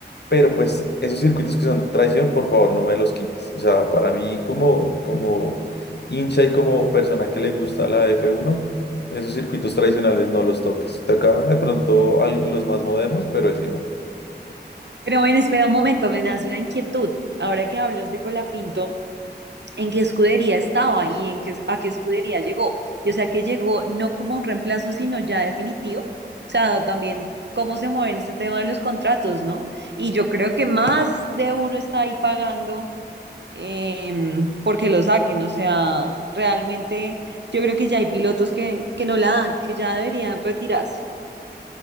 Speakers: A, on the left; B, on the right.
A: pero pues esos circuitos que son de traición, por favor, no me los quites. O sea, para mí como, como hincha y como persona que le gusta la f uno esos circuitos tradicionales no los toques. Toca de pronto a los más modernos, pero ese no.
B: Pero bueno, espera un momento, me nace una inquietud. Ahora que hablas de Colapinto, ¿en qué escudería estaba y en qué, a qué escudería llegó? Y o sea, que llegó no como un reemplazo, sino ya definitivo. O sea, también cómo se mueven este tema de los contratos, ¿no? Y yo creo que más de uno está ahí pagando em, porque lo saquen. O sea, realmente yo creo que ya hay pilotos que, que no la dan, que ya deberían retirarse.